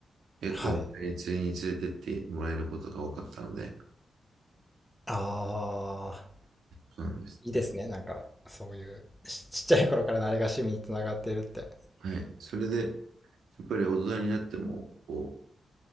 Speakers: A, on the right; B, in the centre.
A: 結構一緒に釣りに連れてってもらえることが多かったので、
B: はい。ああ、
A: そうなんです。
B: いいですね。なんか、そういう、ち <laughs> ちっちゃい頃からのあれが趣味につながっているって。
A: はい。それで、やっぱり大人になっても、こう、